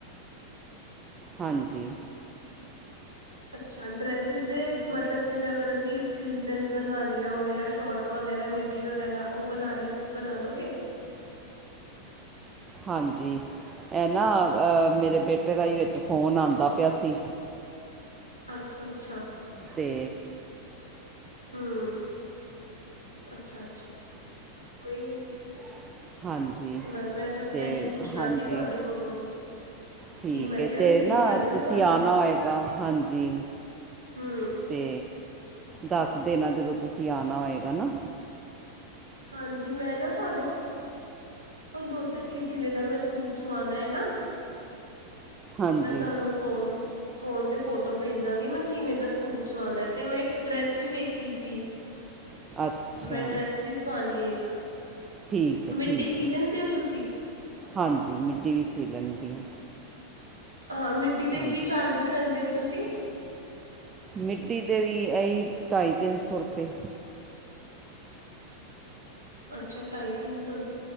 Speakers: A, on the right; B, on the right.
A: ਹਾਂਜੀ
B: ਅੱਛਾ ਡਰੈਸਿਸ ਦੇ ਮਤਲਬ ਜਿਵੇਂ ਅਗਰ ਅਸੀਂ ਸਲੀਵਲੈਸ ਬਣਵਾਉਾਨਆ ਹੋ ਜਾਂ ਸ਼ੋਟ ਵਗੈਰਾ ਮਿੱਡੀ ਵਗੈਰਾ ਉਹ ਬਣਾ ਲੈ ਬਣਾ ਲਉਗੇ
A: ਹਾਂਜੀ ਇਹ ਨਾ ਅਹ ਮੇਰੇ ਬੇਟੇ ਦਾ ਹੀ ਵਿੱਚ ਫੋਨ ਆਉਂਦਾ ਪਿਆ ਸੀ
B: ਅੱਛਾ ਅੱਛਾ
A: ਪੇ
B: ਹੂੰ ਅੱਛਾ ਅੱਛਾ ਕੋਈ ਨੀ
A: <unintelligible> ਹਾਂਜੀ
B: ਮੈਂ ਮੈਂ ਬਸ
A: ਤੇ
B: ਇਹੀ ਪੁੱਛਣਾ
A: ਹਾਂਜੀ
B: ਸੀ ਤੁਹਾਡੇ ਕੋਲੋਂ
A: ਠੀਕ
B: ਕੀ ਮੈਂ
A: ਹੈ
B: ਕਿਹਾ
A: ਤੇ
B: ਹੁਣ ਦੇਖਿਆ
A: ਨਾ
B: ਤਾਂ ਮੈਂ
A: ਤੁਸੀਂ
B: ਤੁਹਾਡਾ
A: ਆਣਾ ਹੋਏਗਾ ਹਾਂਜੀ
B: ਹਮ
A: ਤੇ ਦੱਸ ਦੇ ਨਾ ਜਦੋਂ ਤੁਸੀਂ ਆਉਣਾ ਹੋਏਗਾ ਨਾ
B: ਹਾਂਜੀ ਮੈਂ ਨਾ ਤੁਹਾਡੇ ਕੋਲ ਮ ਕੋਲ ਦੋ ਤਖੀ ਜੀਵੇਂ ਦਾ ਮੈਂ ਸੂਟ ਸੁਆਣਾ ਹੈ ਨਾ <unintelligible>
A: ਹਾਂਜੀ
B: ਮੈਂ ਤੁਹਾਨੂੰ ਫੋਨ ਫੋਨ ਤੇ ਫੋਟੋ ਭੇਜ ਦਾਂਗੀ, ਮੈਂ ਕਿਵੇਂ ਦਾ ਸੂਟ ਸੁਵਾਣਾ, ਤੇ ਮੈਂ ਇੱਕ ਡ੍ਰੈਸ ਵੀ ਵੇਖੀ ਸੀ।
A: ਅੱਛਾ
B: ਮੈਂ ਡਰੈਸ ਵੀ ਸਵਾਉਣੀ ਏ ਇੱਕ
A: ਠੀਕ ਹੈ,
B: ਮਿੱਡੀ
A: ਠੀਕ
B: ਸੀ
A: ਹੈ।
B: ਲੈਂਦੇ ਹੋ ਤੁਸੀਂ
A: ਹਾਂਜੀ, ਮਿੱਡੀ ਵੀ ਸੀ ਲੈਂਦੀ ਹਾਂ।
B: ਹਾਂ, ਮਿੱਡੀ ਦੇ
A: ਹਾਂਜੀ
B: ਕੀ ਚਾਰਜਿਸ ਲੈਂਦੇ ਹੋ। ਤੁਸੀਂ
A: ਮਿੱਡੀ ਦੇ ਵੀ ਐਹੀ, ਢਾਈ ਤਿੰਨ ਸੌ ਰੁਪਏ
B: ਅੱਛਾ, ਢਾਈ ਤਿੰਨ ਸੋ ਰ